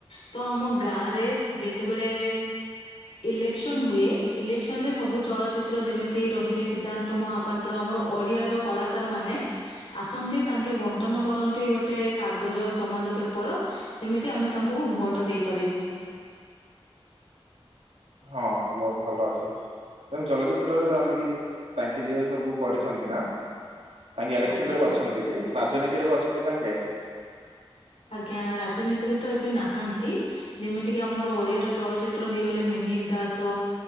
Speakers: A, on the left (about 85°); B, on the right (about 75°).
A: ତ ଆମ ଗାଁରେ ଯେତେବେଳେ ଇଲେକ୍ସନ ହୁଏ ଇଲେକ୍ସନ ରେ ସବୁ ଚଳଚିତ୍ର ଯେମିତି ରହିଲେ ସିଦ୍ଧାନ୍ତ ମହାପାତ୍ ତ୍ର ଆମର ଓଡିଆର କଳାକାର ମାନେ ଆସନ୍ତି ତାଙ୍କ ବଣ୍ଟନ କରନ୍ତି ଗୋଟେ କାଗଜ ସମାଜ ପେପର ଯେମିତି ଆମେ ତାଙ୍କୁ ଭୋଟ ଦେଇପାରିବୁ।
B: ହଁ ବହୁତ <unintelligible> ଭଲ ଅଛି। ତମ ଚଳଚିତ୍ରରେ ଯାଆନ୍ତି କି ତାଙ୍କେ ଯିଏ ସବୁ କରିଛନ୍ତି ନା ତାଙ୍କେ ଇଲେକ୍ସନ
A: ଆଜ୍ଞା
B: ରେ ବି ଅଛନ୍ତି କି ରାଜନୀତିରେ ବି ଅଛନ୍ତି ତାଙ୍କେ।
A: ଆଜ୍ଞା ରାଜନୀତିରେ ତ ଏବେ ନାହାନ୍ତି। ଯେମିତିକି ଆମର ଓଡିଆର ଚଳଚିତ୍ର ହେଇଗଲେ ମିହିରି ଦାସ।